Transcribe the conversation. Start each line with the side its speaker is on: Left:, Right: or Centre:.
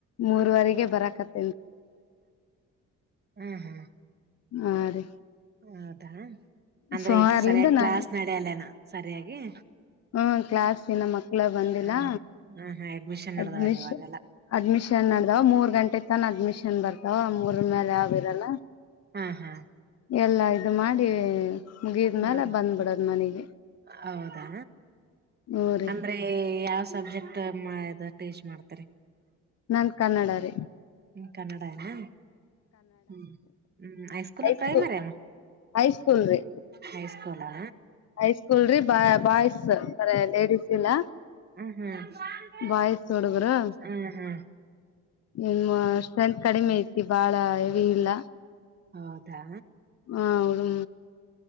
Left: ಮೂರೂವರೆಗೆ ಬರಾಕತ್ತ.
Right: ಹ್ಮ್ ಹ್ಮ.
Left: ಹಾ ರೀ.
Right: ಹೌದಾ ಅಂದ್ರೆ
Left: ಸೊ
Right: ಈ
Left: ಅಲ್ಲಿಂದ
Right: ಸರಿಯಾಗಿ
Left: ನಾನು
Right: ಕ್ಲಾಸ್ ನಡೆಯಲ್ಲನ ಸರಿಯಾಗಿ -
Left: ಹ್ಮ ಕ್ಲಾಸ್ ಇನ್ನ ಮಕ್ಕಳ ಬಂದಿಲ್ಲಾ.
Right: ಹ್ಮ್ ಹ ಹಾ ಅಡ್ಮಿಷನ್ ನಡ್ದಾವನ್
Left: ಅಡ್ಮಿ
Right: ಇವಾಗೆಲ್ಲ
Left: ಅಡ್ಮಿಷನ್ ನಡದಾವ ಮೂರ್ ಗಂಟೆ ತನ ಅಡ್ಮಿಷನ್ ಬರ್ತಾವ ಮೂರ ಮೇಲೆ ಯಾವಿರಲ್ಲ
Right: ಹಾ ಹಾ
Left: ಎಲ್ಲ ಇದು ಮಾಡಿ ಮುಗಿದ್ಮೇಲೆ
Right: ಹ
Left: ಬಂದ್ಬಿಡದ್ ಮನೆಗೆ.
Right: ಹೌದಾ
Left: ಹೂ ರೀ
Right: ಅಂದ್ರೆ ಯಾವ ಸಬ್ಜೆಕ್ಟ್ ಇದ ಟೀಚ್ ಮಾಡ್ತೀರಿ.
Left: ನಾನ್ ಕನ್ನಡ ರಿ.
Right: ಕನ್ನಡ ಅನಾ ಹ್ಮ ಹ್ಮ ಹೈಸ್ಕೂಲಕ್ಕ
Left: ಹೈಸ್ಕೂ
Right: ಏನ ಪ್ರೈಮರಿ ಅಮ್ಮ.
Left: ಹೈಸ್ಕೂಲ್ ರೀ
Right: ಹೈಸ್ಕೂಲಾ
Left: ಹೈಸ್ಕೂಲ್ ರೀ ಬ ಬಾಯ್ಸ್ ಕರೆ ಲೇಡೀಸ್ಗ ಇಲ್ಲ.
Right: ಹ್ಮ್ ಹ್ಮ್
Left: ಬಾಯ್ಸ್ ಹುಡುಗ್ರು.
Right: ಹ್ಮ್ ಹ್ಮ್
Left: ನಿಮ್ಮ ಸ್ಟ್ರೆಂತ್ ಕಡಿಮೆ ಐತಿ ಬಾಳ ಹೆವಿ ಇಲ್ಲ.
Right: ಹೌದಾ.
Left: ಹ ಹುಡು